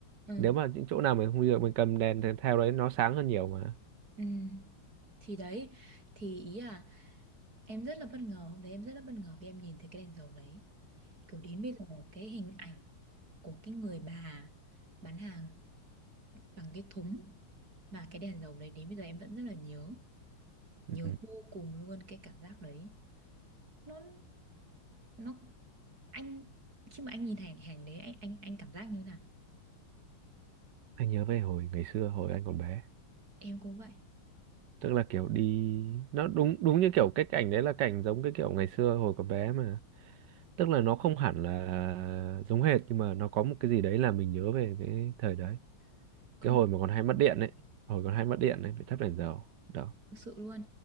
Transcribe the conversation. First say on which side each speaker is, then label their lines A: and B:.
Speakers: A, on the right; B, on the right.
A: Ừ.
B: nếu mà những chỗ nào mình không đi được mình cầm đèn thế- theo đấy nó sáng hơn nhiều mà
A: Ừ. Thì đấy, thì ý là em rất là bất ngờ, hôm đấy em rất là bất ngờ vì em nhìn thấy cái đèn dầu đấy. Kiểu đến bây giờ cái hình ảnh của cái người bà bán hàng bằng cái thúng và cái đèn dầu đấy đến bây giờ em vẫn rất là nhớ, nhớ
B: ừ.
A: vô cùng luôn cái cảm giác đấy. Nó nó anh khi mà anh nhìn hàng hàng đấy anh anh anh cảm giác như thế nào?
B: anh nhớ về hồi ngày xưa hồi anh còn bé
A: Em cũng vậy.
B: tức là kiểu đi nó đúng đúng như kiểu cái cảnh đấy là cảnh giống cái kiểu ngày xưa hồi còn bé mà tức là nó không hẳn là giống hệt nhưng mà nó có một cái gì đấy là mình nhớ về cái thời đấy
A: Không
B: cái hồi mà còn hay mất điện ấy hồi còn hay mất điện ấy phải thắp đèn dầu đó
A: Thực sự luôn